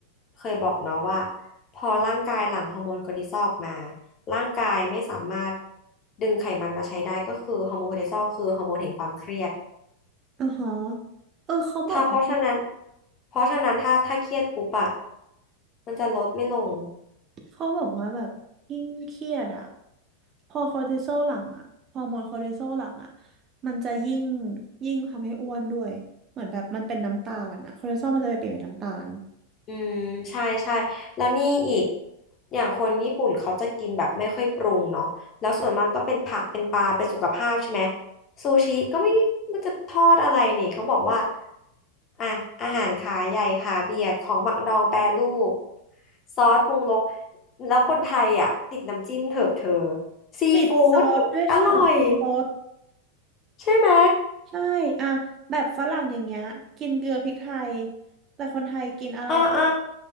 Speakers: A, on the left; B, on the right.
A: เคยบอกเนาะว่าพอร่างกายหลั่งฮอร์โมนคอร์ติซอลออกมาร่างกายไม่สามารถดึงไขมันมาใช้ได้ก็คือฮอร์โมนคอร์ติซอลคือฮอร์โมนแห่งความเครียด
B: อ่าฮะเออเขาบอกว่า
A: ถ้าเพราะฉะนั้นเพราะฉะนั้นถ้าถ้าเครียดปุ๊บอะมันจะลดไม่ลง
B: เขาบอกว่าแบบยิ่งเครียดอ่ะพอคอร์ติซอลหลังอ่ะฮอร์โมนคอร์ติซอลหลังอ่ะมันจะยิ่งยิ่งทำให้อ้วนด้วยเหมือนแบบมันเป็นน้ำตาลอ่ะคอร์ติซอลมันจะไปเปลี่ยนเป็นน้ำตาล
A: อืมใช่ใช่แล้วนี่อีกอย่างคนญี่ปุ่นเขาจะกินแบบไม่ค่อยปรุงเนาะแล้วส่วนมากก็เป็นผักเป็นปลาเป็นสุขภาพใช่ไหมซูชิก็ไม่มันจะทอดอะไรนี่เขาบอกว่าอ่ะอาหารขาใหญ่ขาเบียดของหมักดองแปรรูปซอสปรุงรสแล้วคนไทยอ่ะติดน้ำจิ้มเถอะเธอซีฟู้ดนี่อร่อย
B: ติดซอสด้วยค่ะปรุงรส
A: ใช่ไหม
B: ใช่อ่ะแบบฝรั่งอย่างเงี้ยกินเกลือพริกไทยแต่คนไทยกินอะไรคะ
A: ออเออ